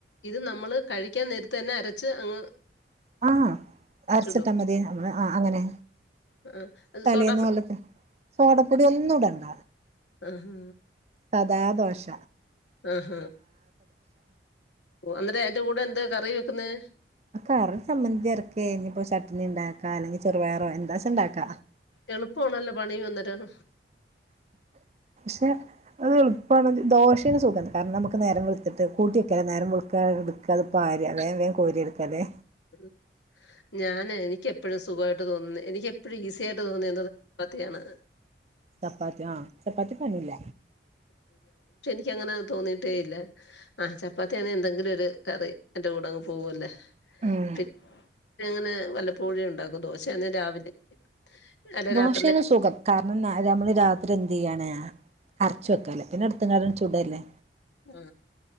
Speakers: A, on the left; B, on the right.
A: ഇത് നമ്മള് കഴിക്കാൻ നേരത്ത് തന്നെ അരച്ച് അങ്ങ്
B: ആ അരച്ട്ടാമതി
A: ചുടും
B: ആ് അങ്ങനെ
A: ആഹ് അത്
B: തലേന്ന്ഒലൊക്കെ
A: സോഡാപ്പൊടിയല്ലേ
B: സോടപ്പൊടി ഒന്നുടണ്ട
A: ആഹു
B: സദാ ദോഷ
A: ആഹ ഒഅന്നേറ്റം ഏറ്റുകൂടുതൽ എന്താ കറി വെക്കുന്നെ?
B: ആകറി ചമ്മന്തിഅരക്കെ ഇഞ്പ്പം ചട്ണിണ്ടാക്ക അല്ലെങ്കിൽ ചെറുപയറോ എന്താച്ചണ്ടക്ക
A: എളുപ്പാണല്ലോ പണിയന്നേരം
B: ച്ചേ അത്ൾപ്പാണ് ദോശേണ് സുഖം കാരണം നമുക്ക് നേരംവെൾതിട്ട് കൂട്ടിയകാലോ നേരം വിളുക്കാ ഇടക്ക അത് പാര എ വേം കോരിയാട്കാലെ
A: ഉം ഞാന് എനിക്യപ്പോഴും സുഖായിട്ട് തോന്നുന്നെ എനിക്ക്യപ്പോ പ്പയും ഈസി ആയിട്ട് തോന്നെ <inaudible> ത്തിയാണ്
B: ചപ്പാത്തി ആ ചപ്പാത്തി പണില്ല
A: ൻക്ക് അങ്ങനെ തോന്നീട്ടേ ഇല്ല ആ ചപ്പാത്തിയാണെ എന്തെങ്കിലും ഒരു കറി യ്ന്റെ കൂടെങ്ങ് പോവോല്ല
B: ഉം
A: പിന്ന <unintelligible> അങ്ങനെ വല്ലപ്പോഴേ ഉണ്ടാക്കു ദോശന്നെ രാവിലെ <inaudible> അല്ല
B: ദോശേണ്
A: രാത്രിയില്
B: സുഖം കാരണ ന്ന ന്നമ്മള് രാത്രി എന്തയ്യണ് അരച്ച വെക്കലൊ പിന്നെ എട്ത് പിന്നതാണ്ട് ചൂടല്ലേ
A: ഉഹും